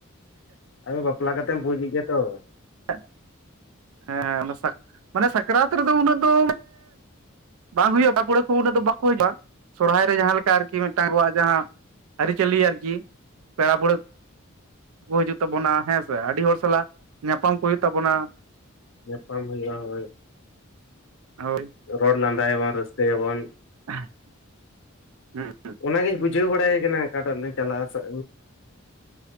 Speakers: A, on the left; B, on the right.
A: ᱟᱫᱚ ᱵᱟᱯᱞᱟ ᱠᱟᱛᱮᱢ ᱵᱩᱡᱽ ᱮᱫ ᱜᱮᱭᱟ ᱛᱚ᱾
B: ᱦᱮᱸ <unintelligible> ᱦᱮᱸ ᱦᱮᱸ ᱢᱟᱱᱮ ᱥᱟᱠᱨᱟᱛ ᱨᱮᱫᱚ ᱩᱱᱟᱹᱜ ᱫᱚᱻ ᱵᱟᱝ ᱦᱩᱭᱩᱜ-ᱟ ᱛᱟᱯᱩᱲᱟᱹ ᱠᱚ ᱩᱱᱟᱹᱜ ᱫᱚ ᱵᱟᱠᱚ ᱦᱤᱡᱩᱜ-ᱟ ᱥᱚᱨᱦᱟᱭ ᱨᱮ ᱡᱟᱦᱟᱸ ᱞᱮᱠᱟ ᱟᱨ ᱠᱤ ᱢᱤᱫᱴᱟᱝ ᱡᱟᱦᱟᱸᱼᱼ ᱟᱹᱨᱤᱪᱟᱹᱞᱤ ᱟᱨᱠᱤ ᱯᱮᱲᱟ ᱯᱟᱹᱲᱦᱟᱹ- ᱠᱚ ᱦᱤᱡᱩᱜ ᱛᱟᱵᱚᱱᱟ ᱦᱮᱸ ᱥᱮ ᱟᱹᱰᱤ ᱦᱚᱲ ᱥᱟᱞᱟᱜ ᱧᱟᱯᱟᱢ ᱠᱚ ᱦᱩᱭᱩᱜ ᱛᱟᱵᱚᱱᱟ᱾
A: ᱧᱟᱯᱟᱢ ᱦᱩᱭᱩᱜᱟ ᱦᱳᱭ᱾
B: ᱦᱳᱭ
A: ᱨᱚᱲ ᱞᱟᱸᱫᱟᱭᱟᱵᱚᱱ ᱨᱟᱹᱥᱠᱟᱹᱭᱟᱵᱚᱱ᱾
B: <unintelligible> ᱦᱩᱸ
A: ᱚᱱᱟᱜᱤᱧ ᱵᱩᱡᱷᱟᱹᱣ ᱵᱟᱲᱟᱭᱮ ᱠᱟᱱᱟ ᱚᱠᱟᱴᱟᱜ <unintelligible> ᱪᱟᱞᱟᱜᱼᱟ